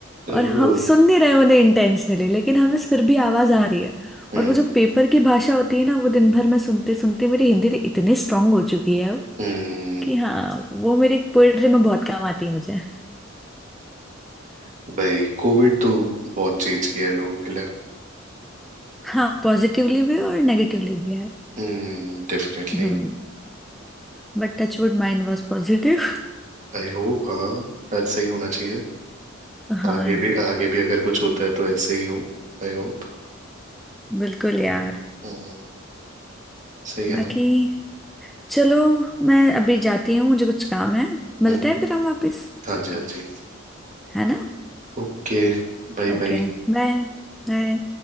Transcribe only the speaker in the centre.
और
हम सुन नहीं रहे उन्हें इंटेंशनली लेकिन हमें फिर भी आवाज आ रही है
और वो जो पेपर की भाषा होती है ना वो दिन भर में सुनते सुनते मेरी हिंदी तो इतनी स्ट्रांग हो चुकी है
कि हाँ वो मेरी पोएट्री में बहुत काम आती है मुझे
हाँ पॉजिटिवली भी और नेगेटिवली भी है
Hmm But touchwood mind was positive
<laughs> हाँ
बिल्कुल यार
बाकी
चलो मैं अभी जाती हूँ मुझे कुछ काम है मिलते
हैं फिर हम वापस
है ना
ओके
Bye bye